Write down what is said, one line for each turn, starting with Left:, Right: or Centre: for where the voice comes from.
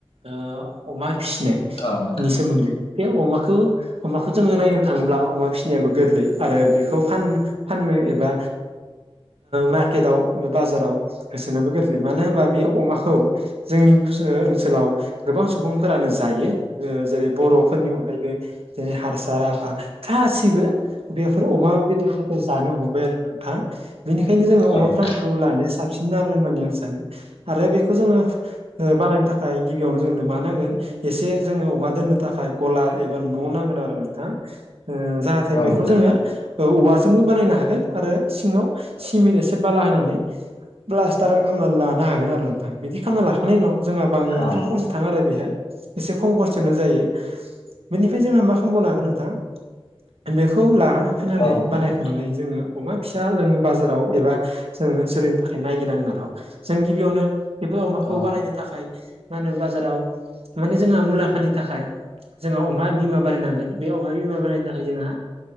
Right: ओ अमा फिसिनाय
Left: औ नोंथां
Right: नि सोमोन्दै बे अमाखौ अमाखौ जोङो नायनो थाङोब्ला अमा फिसिनायाबो गोरलै आरो बेखौ फान फाननो एबा मार्केटाव एबा बाजाराव होसोनोबो गोरलैयो मानो होनबा बे अमाखौ जोंनि ओनसोलाव गोबां सुबुंफोरानो जायो जेरै बर'फोरनि अनगायैबो जेरै हारसा राभा गासिबो बेफोर अमा बेदरफोरखौ जानो हमबाय आरो नोंथां बेनिखायनो जोङो
Left: औ
Right: अमा
Left: नोंथां
Right: फार्मखौ लानाया साबसिन आरो होननानै आं सानो आरो बेखौ जोङो ओ बानायनो थाखाय गिबियावनो जोंनो मा नांगोन एसे जोङो अमा दोननो थाखाय गलार एबा न' नांगोन आरो नोंथां ओ जाहाथे
Left: औ
Right: बेखौ
Left: नोंथां
Right: जोङो औवाजोंबो बानायनो हागोन आरो सिङाव सिमट एसे बाला होनानै ब्लास्टार खालामनानै लानो हागोन आरो नोंथां बिदि खालामना लाखांनायनि उनाव जोंहा बांद्राय
Left: औ
Right: खरसा थाङा आरो बेहाय एसे खम खस्तयावनो जायो बेनिफ्राय जोंहा मा खालामबावनो हागोन नोंथां बेखौ लाना फैनानै
Left: औ नोंथां
Right: बानायखांनानै जोङो अमा फिसा लोङो बाजाराव एबा जोङो सोलैनि थाखाय नायगिरनांगोन आरो जों गिबियावनो बेफोर अमाखौ
Left: औ
Right: बानायनो थाखाय मा होनो बाजाराव माने जोंहा मुलाम्फानि थाखाय जोंहा अमा बिमा बानायनांगोन बे अमा बिमा बानायनो थाखाय जोंहा